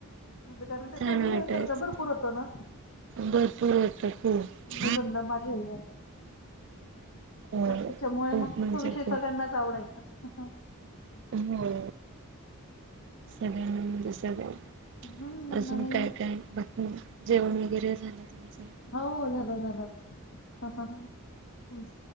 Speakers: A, on the left; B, on the right.
A: म्हणजे कारण त्याच्यावर
B: छान
A: लिहायसारखं
B: वाटायचं
A: भरपूर होत ना
B: भरपूर येत खूप
A: निबंध माझ्या ह्याच्यात असं
B: हो
A: त्याच्यामुळे
B: खूप
A: मग
B: म्हणजे
A: तो विषय
B: खूप
A: सगळ्यांनाच आवडायचा ह अं
B: हो सगळ्यांना म्हणजे सगळ्या
A: हम्म
B: अजून
A: आणि
B: काय काय बात म जेवण वगैरे झालं तुमचं
A: हो झालं झालं हं हं तुम